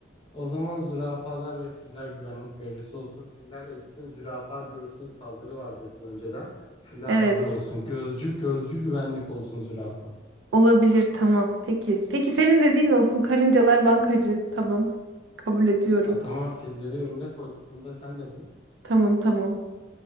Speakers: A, on the left; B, on the right.
A: O zaman zürafalar ve filler güvenlik görevlisi olsun. Filler essin, zürafa görsün, saldırı var desin önceden. Filler
B: Evet.
A: hazır olsun. Gözcü, gözcü güvenlik olsun zürafa.
B: Olabilir tamam. Peki. Peki senin dediğin olsun. Karıncalar bankacı. Tamam. Kabul ediyorum.
A: A, tamam filleri önüne koyduk. Bunu da sen dedin.
B: Tamam tamam.